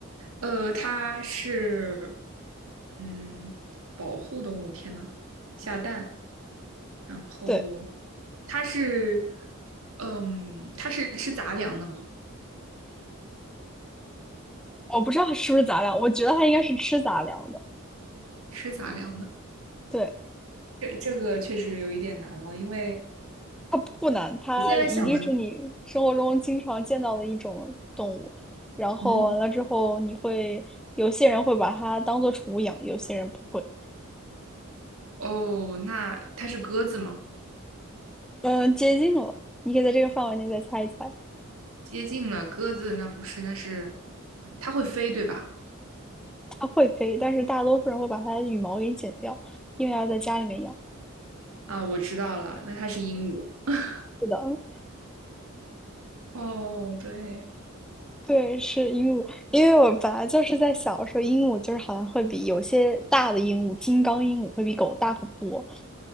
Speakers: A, on the right (about 80°); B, in the centre.
A: 呃，它是嗯保护动物，天呐，下蛋，然后
B: 对，
A: 它是嗯它是吃杂粮的吗？
B: 我不知道是不是杂粮，我觉得它应该是吃杂粮的。
A: 吃杂粮的，
B: 对，
A: 这这个确实有一点难了，因为
B: 它不不难，它一定是你生活中经常见到的一种动物。
A: 我现在想的，
B: 然后完了之后，
A: 嗯
B: 你会有些人会把它当做宠物养，有些人不会。
A: 哦，那它是鸽子吗？
B: 嗯，接近了，你可以在这个范围内再猜一猜。
A: 接近了，鸽子那不是，那是它会飞对吧？
B: 它会飞，但是大多数人会把它的羽毛给剪掉，因为要在家里面养。
A: 啊，我知道了，那它是鹦鹉。<laughs>
B: 是的，
A: 哦，对，
B: 对，是鹦鹉。因为我本来就是在小的时候，鹦鹉就是好像会比有些大的鹦鹉，金刚鹦鹉会比狗大很多。